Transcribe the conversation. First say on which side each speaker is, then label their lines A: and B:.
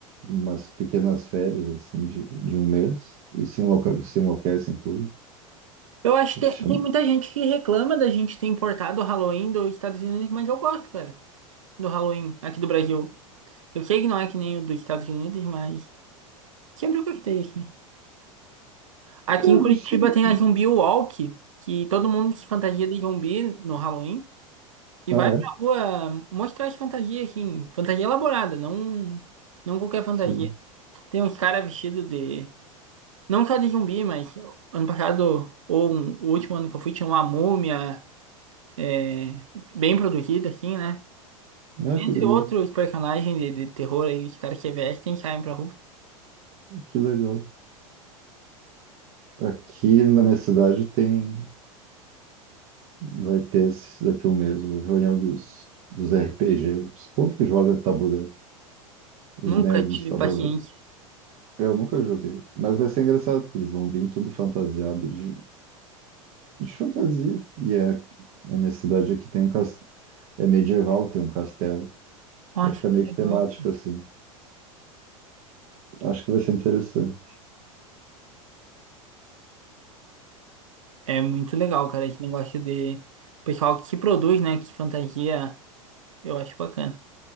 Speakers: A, on the right; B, on the right.
A: em umas pequenas férias assim de, de um mês e se enlouquecem, se enlouquecem tudo.
B: Eu acho
A: Esse
B: que tem,
A: chama...
B: tem muita gente que reclama da gente ter importado o Halloween dos Estados Unidos, mas eu gosto, cara, do Halloween aqui do Brasil. Eu sei que não é que nem o dos Estados Unidos, mas sempre eu gostei, assim. Aqui
A: Eu
B: em Curitiba
A: não sei.
B: tem a Zumbi Walk, que todo mundo se fantasia de zumbi no Halloween e
A: Ah,
B: vai pra
A: é?
B: rua mostrar as fantasias, assim, fantasia elaborada, não, não qualquer
A: Sim.
B: fantasia. Tem uns caras vestidos de. Não só de zumbi, mas ano passado, ou um- o último ano que eu fui, tinha uma múmia. é, bem produzida, assim, né?
A: Ah,
B: Entre
A: que legal.
B: outros personagens de, de terror aí, os caras que vestem e saem pra rua.
A: Que legal. Aqui na minha cidade tem. Vai ter esse- daqui a um mês a reunião dos, dos RPG, esse povo que joga tabuleiro, os
B: Nunca
A: nerds
B: tive
A: do tabuleiro.
B: paciência.
A: Eu nunca joguei, mas vai ser engraçado, porque eles vão vir tudo fantasiado de, de fantasia. E é, a minha cidade aqui tem um castelo, é medieval, tem um castelo.
B: Nossa,
A: Aí fica meio
B: que legal.
A: que temático assim. Acho que vai ser interessante.
B: É muito legal, cara, esse negócio de pessoal que se produz, né? Que fantasia, eu acho bacana.